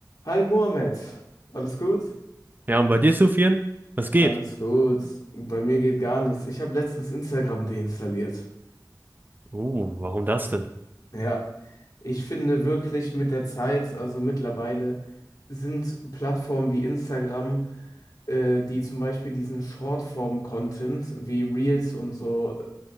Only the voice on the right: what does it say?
Ja, und bei dir, Sufian? Was geht?
Uh, warum das denn?